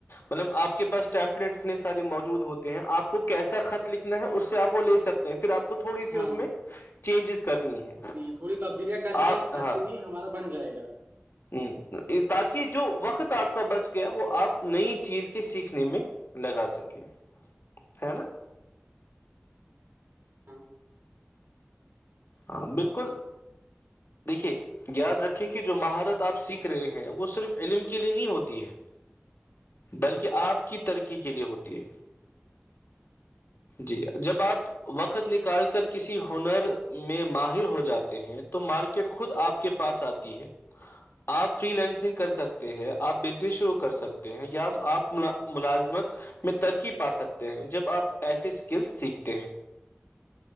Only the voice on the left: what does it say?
مطلب آپ کے پاس ٹیمپلیٹ اتنے سارے موجود ہوتے ہیں آپ کو کیسا خط لکھنا ہے اس سے آپ وہ لے سکتے ہیں پھر آپ تھوڑی سی
اس میں چینجز کرنی ہے
آپ
ہاں
ہ تاکہ جو وقت آپ کا بچ گیا وہ آپ نئی چیز کے سیکھنے میں لگا سکیں ہے نا
ہاں بالکل دیکھیے یاد رکھیں کہ جو مہارت آپ سیکھ رہے ہیں وہ صرف علم کے لیے نہیں ہوتی ہے بلکہ آپ کی ترقی کے لیے ہوتی ہے جی جب آپ وقت نکال کر کسی ہنر میں ماہر ہو جاتے ہیں تو مارکیٹ خود آپ کے پاس آتی ہے آپ فری لینسنگ کر سکتے ہیں آپ بزنس شروع کر سکتے ہیں یا آپ ملازمت میں ترکی پا سکتے ہیں جب آپ ایسے اسکلس سیکھتے ہیں